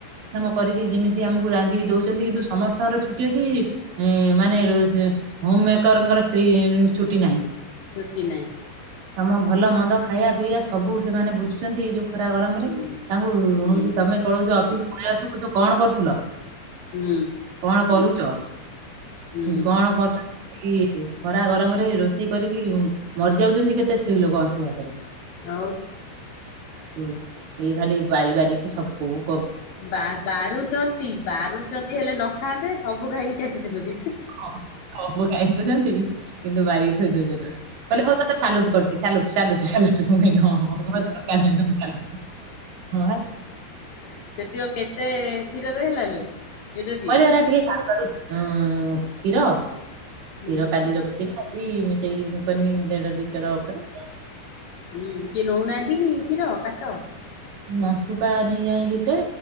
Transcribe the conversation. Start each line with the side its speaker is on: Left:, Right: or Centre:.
Right: ମ କରିକି ଯେମିତି ଆମକୁ ରାନ୍ଧିକି ଦଉଛନ୍ତି କିନ୍ତୁ ସମସ୍ତଙ୍କର ଛୁଟି ଅଛି। ଏ ମାନେ ର ହୋମ୍ ମେକରଙ୍କର ସ୍ତ୍ରୀ ଛୁଟି ନାହିଁ।
Left: ଛୁଟି ନାହିଁ।
Right: ତମ ଭଲ ମନ୍ଦ ଖାଇବା ପିଇବା ସବୁ ସେମାନେ ବୁଝୁଛନ୍ତି ଏ ଯୋଉ ଖରା ଗରମ
Left: ହୁଁ
Right: ରେ ତାଙ୍କୁ
Left: ହୁଁ
Right: ହଉଛି ତମେ ପଳଉଛ ଅଫିସ ପଳେଇ ଆସୁଛ କଣ କରୁଥିଲ।
Left: ହୁଁ।
Right: କଣ କରୁଛ
Left: ହୁଁ
Right: କଣ କରୁଛ? କି ଖରା ଗରମରେ ରୋଷେଇ କରିକି ମରିଯାଉଛନ୍ତି କେତେ ସ୍ତ୍ରୀ ଲୋକ ଅଂଶୁ ଘାତରେ।
Left: ଆଉ।
Right: ହୁ ଇଏ ଖାଲି ବାରି ବାରିିକି ସବୁ କ
Left: ବା ବାରୁଛନ୍ତି ବାରୁଛନ୍ତି ହେଲେ ନ ଖାଆନ୍ତେ ସବୁ ଖାଇକି ଚାଲିଯିବେ।
Right: ହଁ, ସବୁ ଖାଇଦଉଛନ୍ତି। କିନ୍ତୁ ବାରିକି ଥୋଇଦଉଛନ୍ତି କହିଲେ ହଉ ତେ ସାଲୁଟୁ କରୁଛିି ସଲୁଟ ସାଲୁଟ ସାଳୁଟ ହଁ ହଁ। <unintelligible> ହଁ ବା।
Left: ସେତିକ କେତେ କ୍ଷୀରରେ ହେଲା ଲୋ। ଏଟା କି
Right: କହିଲେରା ଟିକେ କାଡୁ କାଡୁ ହଁ କ୍ଷୀର
Left: ହୁଁ
Right: କ୍ଷୀର କାଲି ରଖି ଏଇ ମିଶେଇକି କରିନି ଦେଢ ଲିଟର ଉପରେ।
Left: ହୁଁ କିଏ ନଉନାହାନ୍ତି କି କ୍ଷୀର କାଟ?
Right: ନଟୁପା ନେଇ ଏଇିଲି ତ